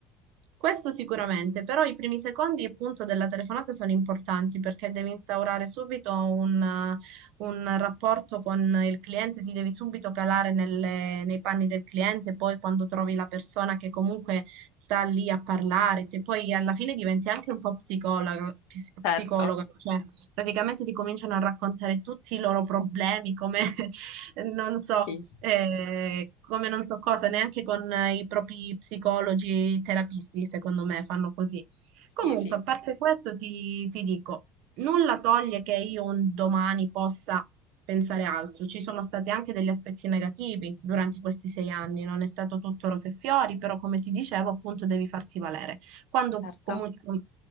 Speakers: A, on the right; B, on the left.
A: Questo sicuramente, però i primi secondi appunto della telefonata sono importanti perché devi instaurare subito un, eh, un rapporto con il cliente, ti devi subito calare nelle- nei panni del cliente, poi quando trovi la persona che comunque sta lì a parlare, te- poi alla fine diventi anche un po' psicologa, ps-
B: Certo,
A: psicologa, cioè praticamente ti cominciano a raccontare tutti i loro problemi, come <laughs> non so,
B: sì.
A: eh, come non so cosa, neanche con eh, i propri psicologi, terapisti, secondo me, fanno così. Comunque,
B: Sì, sì,
A: a parte questo, ti, ti dico, nulla toglie che io un domani possa pensare altro. Ci sono stati anche degli aspetti negativi durante questi sei anni, non è stato tutto rose e fiori, però come ti dicevo, appunto, devi farti valere. Quando
B: certo,
A: comunque